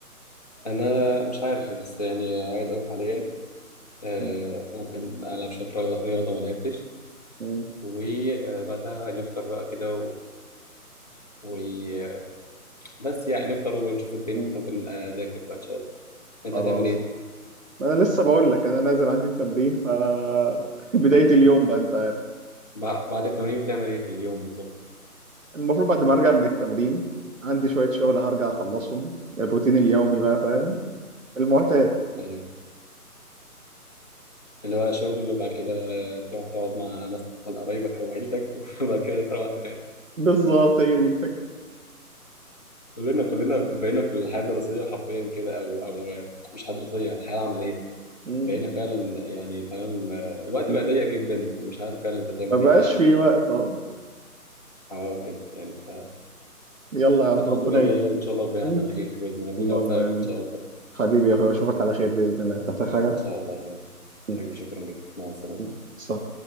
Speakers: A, on the left (about 25°); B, on the right (about 55°).
A: انا مش عارف إيه، بس يعني عايز اروح حاليا آه،
B: مم،
A: ممكن ألعب شوية رياضة رياضة ما لعبتش
B: مم،
A: وبعدها نفطر بقى كده و... و... بس يعني نفطر ونشوف الدنيا
B: مم.
A: ممكن أذاكر بقى إن شاء الله أنت
B: خلاص
A: هتعمل إيه؟
B: ما انا لسه بقول لك انا نازل عندي التمرين ف <laughs> بدايه اليوم بقى انت عارف
A: بع- بعد التمرين بتعمل إيه في اليوم بالظبط؟
B: المفروض بعد ما ارجع من التمرين عندي شويه شغل هرجع اخلصهم الروتين اليومي بقى فاهم المعتاد
A: أيوه اللي هو شغل وبعد كده تروح تقعد مع مثلا قرايبك أو عيلتك <laughs> وبعد كده تروح تنام
B: بالظبط هي دي الفكره
A: كلنا كلنا بقينا في الحياة الدراسية حرفيا كده أو أو مش حياة دراسية الحياة العملية
B: مم.
A: بقينا فعلا يعني فاهم آه، الوقت
B: مم.
A: بقى ضيق جدا ومش عارف فعلا أنت تعمل
B: ما بقاش
A: إيه
B: في وقت اه
A: اه بجد يعني
B: يلا يا عم
A: الحمد
B: ربنا
A: لله
B: يكرم
A: وإن شاء الله ربنا يعد
B: مم.
A: على خير بإذن الله ربنا
B: اللهم
A: يوفقك
B: امين
A: إن شاء الله
B: حبيبي يا اخويا اشوفك على خير باذن الله تحتاج حاجه
A: إن شاء الله يا حبيبي
B: مم.
A: حبيبي شكرا جدا مع السلامة
B: مم. سلام